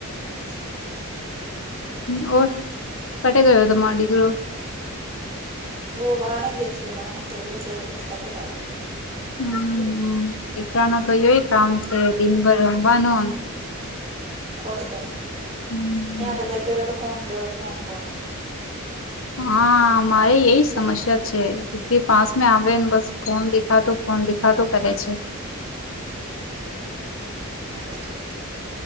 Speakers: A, on the right; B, on the left.
A: હ
B: હમર કટે ગયો તોમાંડી ગરો
A: વ બાહણે કયો છે. વાહણે ખેલવે છે. દોસ્તાતો કે સા
B: હમ દીરા ન તો યય કામ છે. દિનભર રવાનુ
A: ર ક
B: હમ
A: યા તો ચર પે તો ફોન દ ફોન ફ
B: હા મારે એય સમસ્યા છે. દીકરી પાસ આવે ને બસ ફોન દેખાતો ફોન દેખાતો કરે છે.
A: ખણ એ છે.